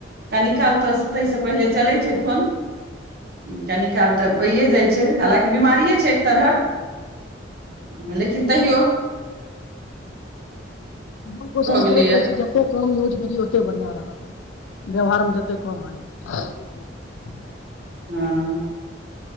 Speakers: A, on the right; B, on the left.
A: -कनी काल। तऽ सुतैसँ पहिले चलै छै फोन- कनि काल तऽ भहिए जाइ छै हालाँकि बिीमारिए छै एक तरहक। <unintelligible> ल लेकिन। <unintelligible> कहियौ। <unintelligible>
B: हम कोशिश
A: गेलैए
B: करैत रहै छी जतेक कम यूज करी ओतेक बढ़िआँ रहत। <unintelligible> व्यवहारमे जतेक कम आनि। <unintelligible>
A: हँ। <unintelligible>